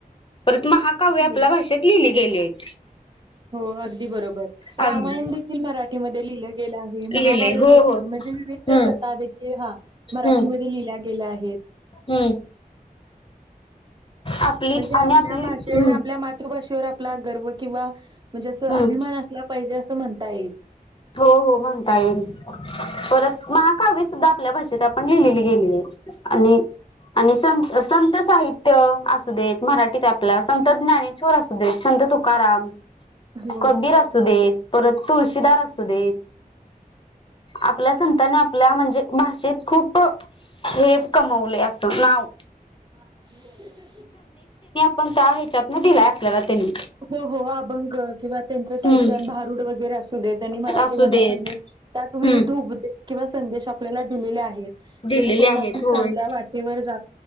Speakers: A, on the left; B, on the right.
A: परंतु महाकाव्य आपल्या
B: हो
A: भाषेत लिहिले गेले आहेत
B: हो अगदी बरोबर
A: हम्म
B: रामायण देखील मराठीमध्ये लिहिलं गेलं आहे महाभारत
A: लिहिलंय हो
B: देखील
A: हो
B: म्हणजे जे विविध
A: हम्म
B: कथा देखील हा मराठीमध्ये
A: हम्म
B: लिहिल्या गेल्या आहेत
A: हम्म आपली
B: म्हणजे
A: आणि
B: आपल्या
A: आपली
B: भाषेवर
A: हम्म
B: आपल्या मातृभाषेवर आपला गर्व किंवा म्हणजे असं
A: हम्म
B: अभिमान असला पाहिजे असं म्हणता येईल
A: हो हो म्हणता येईल. परत महाकाव्य सुद्धा आपल्या भाषेत आपण लिहिलेली गेली आहे आणि आणि संत अ संत. साहित्य असू देत मराठीत आपला संत ज्ञानेश्वर असू देत संत तुकाराम.
B: हो.
A: कबीर असू दे परत तुळशीदार असू. सू दे आपल्या संतान आपल्या म्हणजे भाषेत खूप हो हे कमवले असं नाव.
B: <inaudible>
A: पण त्या ह्याच्यातनं दिलाय आपल्यालाला त्यांनी.
B: हो हो अभंग किंवा त्यांचं कीर्तन
A: हम्म
B: भारुड वगैरे अस असुदे त्यांनी मराठीमध्ये
A: असू देत
B: <inaudible> त्यात विविध
A: हम्म
B: उपदेश किंवा संदेश आपल्याला दिलेले आहेत. जेणेकरून
A: दिलेले आहेत
B: आपण
A: होय
B: चांगल्या वाटेवर जा.